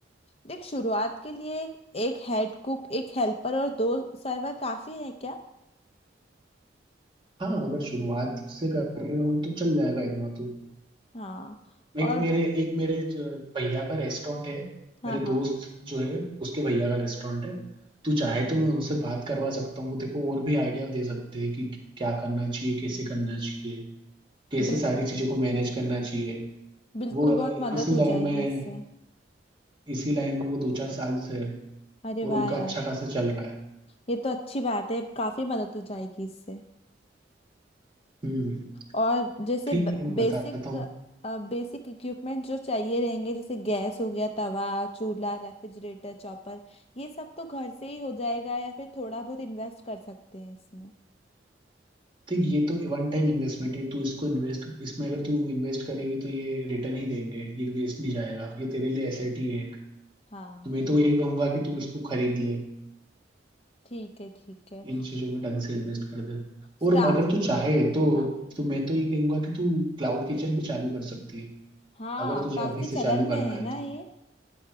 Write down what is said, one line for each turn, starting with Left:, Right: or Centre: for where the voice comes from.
Left: देख शुरुआत के लिए एक एक हेड कुक एक हेल्पर और दो सर्वर काफी है क्या
Right: हाँ अगर शुरुआत से कर रहे हो तो चल जाएगा इतना तो।
Left: हाँ और
Right: एक मेरे एक मेरे ज- भैया का रेस्टोरेंट है
Left: हाँ
Right: मेरे
Left: हाँ
Right: दोस्त जो है उसके भैया का रेस्टोरेंट है तू चाहे तो मैं उनसे बात करवा सकता हूँ वो तेको और भी आइडिया दे सकते हैं कि क्या करना चाहिए कैसे करना चाहिए कैसे
Left: बिल्कुल
Right: सारी चीजों को मैनेज करना चाहिए
Left: बिल्कुल
Right: वो अ,
Left: बहुत मदद
Right: इसी
Left: हो
Right: लाइन
Left: जाएगी
Right: में
Left: इससे
Right: इसी लाइन में वो दो चार साल से है
Left: अरे
Right: और
Left: वाह
Right: उनका
Left: यार
Right: अच्छा खासा चल रहा है
Left: ये तो अच्छी बात है काफी मदद हो जाएगी इससे
Right: हम्म
Left: और जैसे
Right: ठीक है मैं
Left: बेसिक
Right: बताता हूँ
Left: बेसिक इक्विपमेंट जो चाहिए रहेंगे जैसे गैस हो गया तवा चूल्हा रेफ्रिजरेटर चॉपर ये सब तो घर से ही हो जाएगा या फिर थोड़ा बहुत इन्वेस्ट कर सकते हैं इसमें
Right: ठीक ये तो वन टाइम इन्वेस्टमेंट है तू इसको इन्वेस्ट इसमें अगर तू इन्वेस्ट करेगी तो ये रिटर्न ही देंगे ये वेस्ट नहीं जाएगा ये तेरे लिए एसेट ही है तो
Left: हाँ
Right: मैं तो यही कहूंगा कि तू इसको खरीद ले
Left: ठीक है ठीक है
Right: इन चीजों में ढंग से इन्वेस्ट कर दे
Left: स्टाफ
Right: और अगर तू चाहे तो
Left: हाँ
Right: तो मैं तो ये कहूंगा कि तू क्लाउड किचन भी चालू कर सकती है
Left: हाँ
Right: अगर तुझे
Left: काफी
Right: अभी से
Left: चलन
Right: चालू करना
Left: में है
Right: है
Left: ना
Right: तो
Left: ये